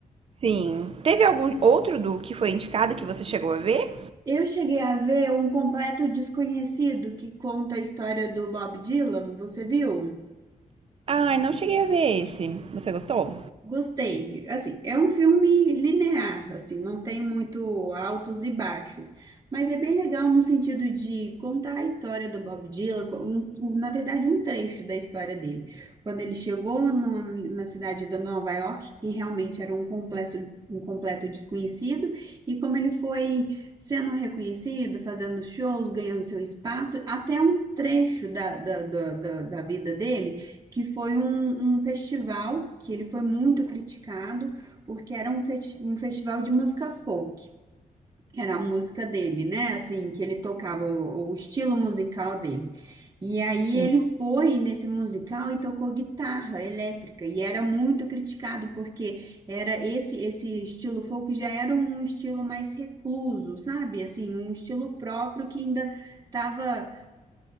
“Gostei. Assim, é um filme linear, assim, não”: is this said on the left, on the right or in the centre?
Right